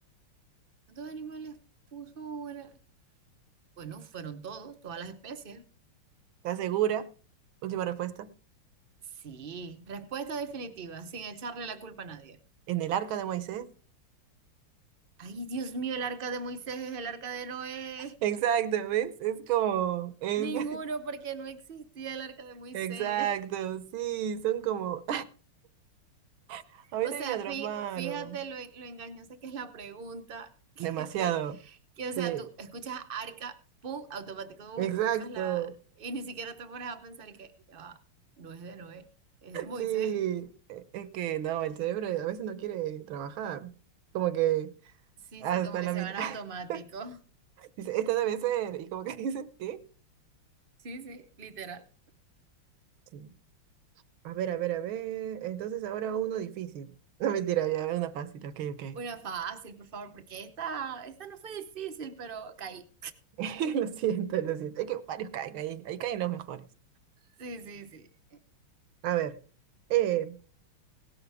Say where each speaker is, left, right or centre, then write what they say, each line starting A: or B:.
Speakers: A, on the right; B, on the right.
A: ¿Cuántos animales puso? era- Bueno, fueron todos, todas las especies.
B: ¿Estás segura? Última respuesta.
A: Sí, respuesta definitiva, sin echarle la culpa a nadie.
B: ¿En el arca de Moisés?
A: Ay, Dios mío, el arca de Moisés es el arca de Noé.
B: Exacto, ¿ves? Es como... Es...
A: Ninguno,
B: <laughs>
A: porque no existía el arca de Moisés.
B: Exacto, sí, son como... <laughs> Ahorita
A: O sea,
B: me atraparon.
A: fí- fíjate lo, lo engañosa que es la pregunta, <laughs>
B: Demasiado.
A: que te, que,
B: Sí,
A: o sea, tú escuchas arca, pum, automático bu-
B: exacto.
A: buscas la, y ni siquiera te pones a pensar que, ya va, no es de Noé, es de Moisés.
B: Sí. E- Es que no, el cerebro a veces no quiere trabajar. Como que...
A: Sí,
B: Hasta
A: sí, como que
B: la
A: se
B: mitad.
A: van automático.
B: <laughs>
A: <laughs>
B: Dice, esta debe ser. Y como que <laughs> dice, ¿qué?
A: Sí, sí, literal.
B: Sí. A ver, a ver, a ver. Entonces ahora uno difícil. <laughs> No mentira, ya, a ver, una fácil, ok, ok.
A: Una fácil, por favor, porque esta, esta no fue difícil, pero caí.
B: <laughs> Lo siento, lo siento. Es que varios caen ahí. Ahí caen los mejores.
A: Sí, sí, sí.
B: A ver. Eh,